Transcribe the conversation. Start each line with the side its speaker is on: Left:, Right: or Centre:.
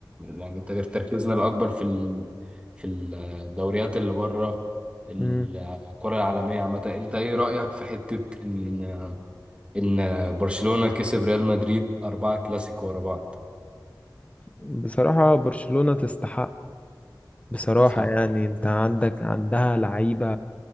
Right: يعني تر- تركيزنا الأكبر في ال... في الدوريات اللي بره الكرة
Left: مم.
Right: العالمية عامة أنت إيه رأيك في حتة إن إن برشلونة كسب ريال مدريد أربعة كلاسيكو ورا بعض؟
Left: بصراحة برشلونة تستحق بصراحة
Right: صح
Left: يعني انت عندك عندها لعيبة